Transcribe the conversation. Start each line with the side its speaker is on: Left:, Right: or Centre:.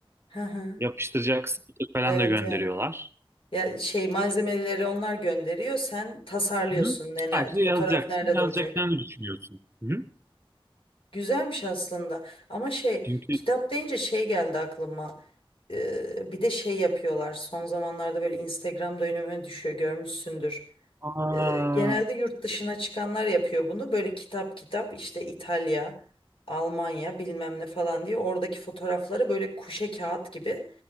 Left: Hı hı.
Right: Yapıştıracak sticker falan
Left: Evet,
Right: da gönderiyorlar.
Left: evet. Ya şey malzemeleri onlar gönderiyor, sen tasarlıyorsun.
Right: Hı?
Left: Ne, ne-
Right: Sadece
Left: fotoğraf
Right: yazacaksın,
Left: nerede
Right: yazacaklarını
Left: duracak?
Right: düşünüyorsun. Hı?
Left: Güzelmiş aslında ama şey
Right: Çünkü
Left: kitap deyince şey geldi aklıma Ee, bir de şey yapıyorlar son zamanlarda böyle Instagram'da önüme düşüyor görmüşsündür
Right: aa,
Left: Ee, genelde yurt dışına çıkanlar yapıyor bunu böyle kitap kitap işte İtalya Almanya bilmem ne falan diye oradaki fotoğrafları böyle kuşe kağıt gibi